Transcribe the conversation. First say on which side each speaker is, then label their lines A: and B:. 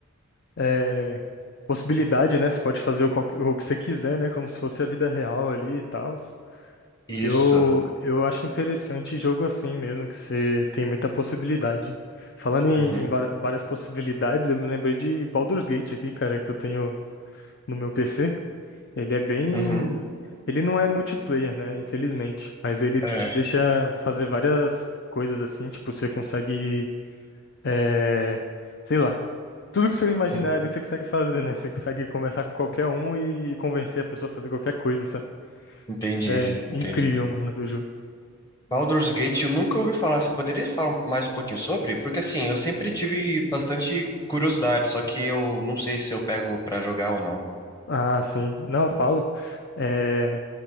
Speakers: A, on the left; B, on the left.
A: é, possibilidade, né? Você pode fazer o, qualque- o que você quiser, né? Como se fosse a vida real ali e tal.
B: Isso.
A: Eu, eu acho interessante jogo assim mesmo, que você tem muita possibilidade. Falando em,
B: Uhum,
A: em va- várias possibilidades, eu me lembrei de Baldur's Gate aqui, cara, que eu tenho no meu PC. Ele é bem.
B: uhum,
A: Ele não é multiplayer, né? Infelizmente. Mas ele
B: é,
A: te deixa fazer várias coisas assim. Tipo, você consegue. é, Sei lá. Tudo que você imaginar
B: uhum.
A: ali, você consegue fazer, né? Você consegue conversar com qualquer um e convencer a pessoa a fazer qualquer coisa, sabe?
B: Entendi,
A: É incrível,
B: entendi.
A: mano, do jogo.
B: Baldur's Gate, eu nunca ouvi falar. Você poderia falar um, mais um pouquinho sobre? Porque assim, eu sempre tive bastante curiosidade, só que eu não sei se eu pego pra jogar ou não.
A: Ah, sim. Não, eu falo. É...